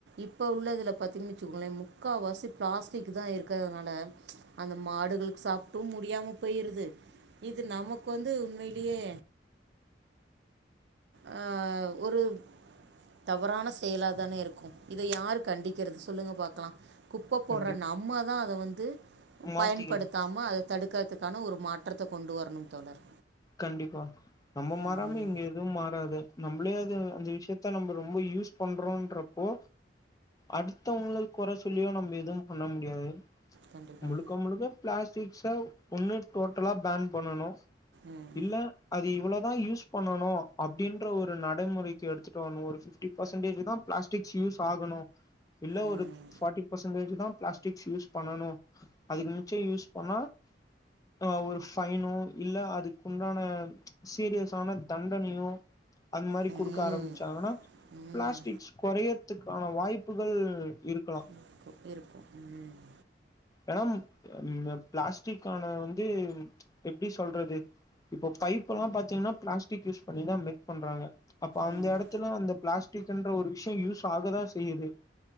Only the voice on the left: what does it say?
கண்டிப்
மாத்திக்கணு
கண்டிப்பா நம்ம மாறாம
இங்க எதுவு மாறாது நம்மளே அது அந்த விஷயத்த நம் ரொம்ப யூஸ் பண்றோன்றப்போ அடுத்தவங்கள கொற சொல்லியோ நம்ம எதுவு பண்ண முடியாது
முழுக்க முழுக்க பிளாஸ்டிக்ஸ ஒன்னு டோட்டலா பேன் பண்ணனு
இல்ல அத் இவ்ளோதா யூஸ் பண்ணனு அப்டின்ற ஒரு நடமுறைக்கு எடுத்துட்டு வரணு ஒரு ஃபிப்டி பெர்ஸண்தேஜ் தா பிளாஸ்டிக்ஸ் யூஸ் ஆகணு இல்ல
ஒரு ஃபாட்டி பர்சன்டேஜ் தா பிளாஸ்டிக்ஸ் யூஸ் பண்ணனு அதுக்கு மிச்ச யூஸ் பண்ணா அ ஒரு ஃபைனு இல்ல அது உண்டான சீரியஸான தண்டனயு அந்த மாரி
குடுக்க ஆரம்பிச்சாங்கனா
பிளாஸ்டிக்ஸ் கொறயதுக் கான வாய்ப்புகள் இருக்கலா
ஏனா ம் அ பிளாஸ்டிக்கான வந்து எப்டி சொல்றது இப்ப பைப் எல்லா பாத்தீங்கனா பிளாஸ்டிக் யூஸ் பண்ணிதா மேக் பண்றாங்க அப்ப அந்த
எடத்துல அந்த பிளாஸ் டிக்ன்ற ஒரு விஷயோ யூஸ் ஆகதா செய்யுது.